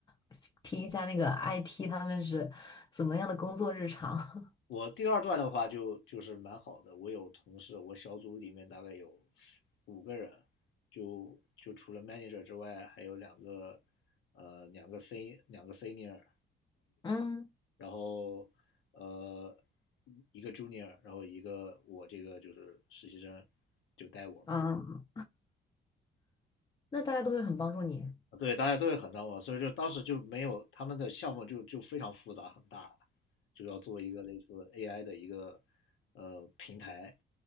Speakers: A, on the left; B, on the left.
A: <laughs> 听一下那个 IT 他们是怎么样的工作日常。<laughs>
B: 我第二段的话就就是蛮好的，我有同事，我小组里面大概有五个人，就就除了 manager 之外，还有两个呃两个 sen 两个 senior，
A: 嗯
B: 然后呃一个 junior，然后一个我这个就是实习生就带我嘛，
A: 嗯，那大家都会很帮助你。
B: 对，大家都会很当我，所以就当时就没有他们的项目就就非常复杂很大，就要做一个类似 AI 的一个呃平台，